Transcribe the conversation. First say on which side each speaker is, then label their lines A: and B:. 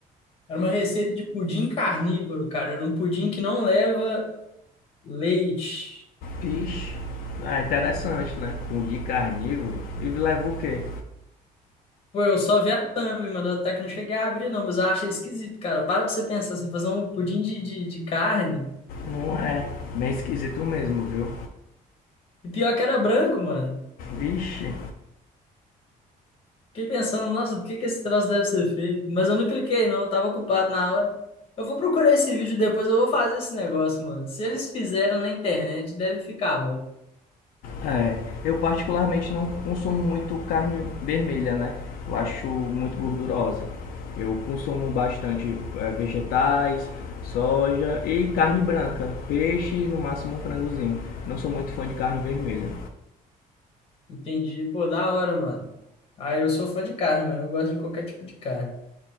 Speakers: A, on the left; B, on the left.
A: Era uma receita de pudim carnívoro, cara. Era um pudim que não leva leite.
B: Ixi, É interessante, né? Pão carnívoro. E leva o quê?
A: Pô, eu só vi a thumb, mano. Até que não cheguei a abrir, não, mas eu achei esquisito, cara. Para pra você pensar, você fazer um pudim de, de, de carne.
B: Não é. Bem esquisito mesmo, viu?
A: E pior que era branco, mano.
B: Vixe.
A: Fiquei pensando, nossa, do que que esse troço deve ser feito? Mas eu não cliquei, não. Eu tava ocupado na hora. Eu vou procurar esse vídeo depois, eu vou fazer esse negócio, mano. Se eles fizeram na internet, deve ficar bom.
B: É. Eu particularmente não consumo muito carne vermelha, né? Eu acho muito gordurosa. Eu consumo bastante é, vegetais, soja e carne branca. Peixe e no máximo um frangozinho. Não sou muito fã de carne vermelha.
A: Entendi. Pô, da hora, mano. Ah, eu sou fã de carne, mano. Eu gosto de qualquer tipo de carne.